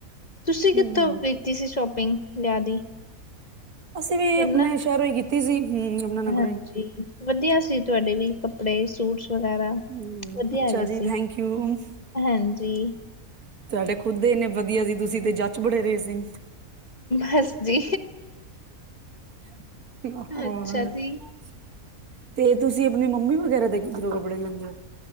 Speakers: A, on the left; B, on the right.
A: ਤੁਸੀਂ ਕਿੱਥੋਂ
B: ਹੂੰ,
A: ਜਂ ਸ਼ੋਪਿੰਗ ਲਿਆ ਦੀ
B: ਅਸੀਂ ਵੀ
A: ਕਿਮ
B: ਆਪਣੇ ਸ਼ਹਿਰੋਂ ਹੀ ਕੀਤੀ ਸੀ ਹੂੰ ਯਮੁਨਾ ਨਗਰੋਂ
A: ਹਾਂਜੀ
B: ਹੀ।
A: ਵਧੀਆ ਸੀ ਤੁਹਾਡੇ ਵੀ ਕੱ ਕੱਪੜੇ ਸੂਟਸ ਵਗੈਰਾ
B: ਹੂ
A: ਵਧੀਆ
B: ਅੱਛਾ
A: ਹੈਗੇ
B: ਜੀ
A: ਸੀ
B: ਥੈਂਕ ਯੂ
A: ਹਾਂਜੀ
B: ਤੁਹਾਡੇ ਖੁਦ ਦੇ ਇੰਨੇ ਵਧੀਆ ਸੀ ਤੁਸੀਂ ਤੇ ਜੱਚ ਬੜੇ ਰਹੇ ਸੀ
A: ਬਸ ਜੀ
B: ਆ
A: ਅੱਛਾ ਜੀ।
B: ਤੇ ਤੁਸੀਂ ਆਪਣੀ ਮੰਮੀ ਵਗੈਰਾ ਦੇ ਕਿੱਧਰੋਂ ਕੱਪੜੇ ਲੈਂਦਾ